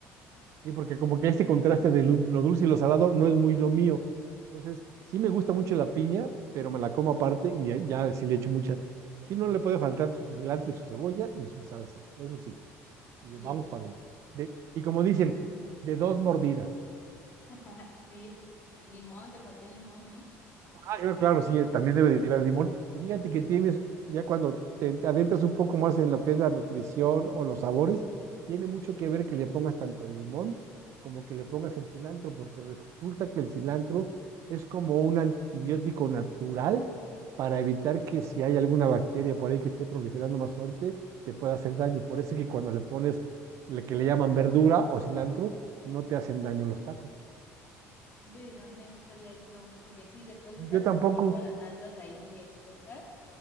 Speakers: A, on the right; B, on the left.
A: ¿sí? Porque como que ese contraste de lu- lo dulce y lo salado no es muy lo mío. Entonces, sí me gusta mucho la piña, pero me la como aparte y ya, ya sí le echo mucha. Sí no le puede faltar su cilantro y su cebolla y su salsa, eso sí. Y
B: sí,
A: vamos para adentro. De- y como dicen, de dos mordidas.
B: <laughs> sí. Y limón, te faltó el limón, ¿eh?
A: Ah, claro, claro, sí, también debe derivar el limón. Y fíjate que tienes, ya cuando te adentras un poco más en lo que es la nutrición o los sabores, tiene mucho que ver que le pongas tanto el limón como que le pongas el cilantro, porque resulta que el cilantro es como un antibiótico natural para evitar que si hay alguna bacteria por ahí que esté proliferando más fuerte, te pueda hacer daño. Por eso es que cuando le pones lo que le llaman verdura o cilantro, no te hacen daño los tacos.
B: Qué interesante, no sabía eso. Porque sí, después de estar
A: Yo tampoco,
B: tanto tiempo las salsas ahí expuestas,